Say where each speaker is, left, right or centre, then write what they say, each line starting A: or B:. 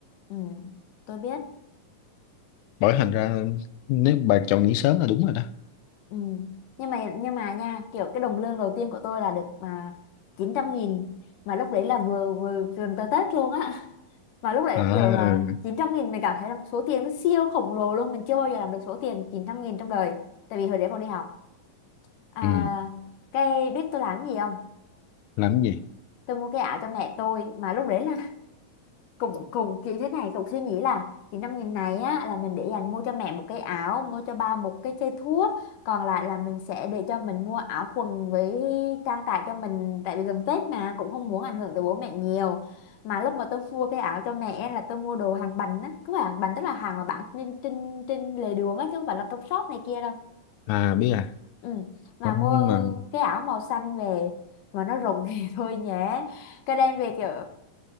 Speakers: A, on the left; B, on the left.
A: ừ tôi biết
B: bởi thành ra nếu bà chọn nghỉ sớm là đúng rồi đó.
A: ừ nhưng mà nhưng mà nha kiểu cái đồng lương đầu tiên của tôi là được mà chín trăm nghìn mà lúc đấy là vừa vừa gần tới Tết luôn á mà lúc đấy
B: À,
A: kiểu là chín trăm nghìn mình cảm thấy là một số tiền nó siêu khổng lồ luôn mình chưa bao giờ làm được số tiền chín trăm nghìn trong đời tại vì hồi đấy còn đi học à,
B: ừ,
A: cái biết tôi làm cái gì không
B: làm cái gì?
A: tôi mua cái ảo cho mẹ tôi mà lúc đấy là cùng cùng kiểu thế này cùng suy nghĩ là chỉ năm nghìn này á là mình để dành mua cho mẹ một cái áo mua cho ba một cái cây thuốc còn lại là mình sẽ để cho mình mua áo quần với trang trải cho mình tại vì gần Tết mà cũng không muốn ảnh hưởng tới bố mẹ nhiều mà lúc mà tôi mua cái áo cho mẹ là tôi mua đồ hàng bánh á cứ hàng bánh tức là hàng mà bán trên trên trên lề đường á chứ không phải là trong shop này kia đâu
B: À, biết à.
A: ừ. mà
B: Không,
A: mua
B: nhưng mà...
A: cái áo màu xanh về mà nó rụng <laughs> thì thôi nhé cái đem về kiểu